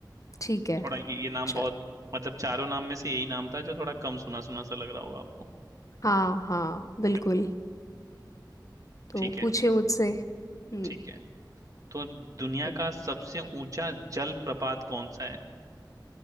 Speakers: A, on the left; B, on the right.
A: ठीक है
B: थोड़ा ये, ये नाम
A: चल
B: बहुत मतलब चारों नाम में से यही नाम था जो थोड़ा कम सुना सुना सा लग रहा होगा आपको
A: हाँ हाँ बिल्कुल
B: बिल्कुल
A: तो
B: ठीक है
A: पूछे मुझसे हम्म
B: ठीक है तो दुनिया
A: ओ-
B: का सबसे ऊंचा जलप्रपात कौन सा है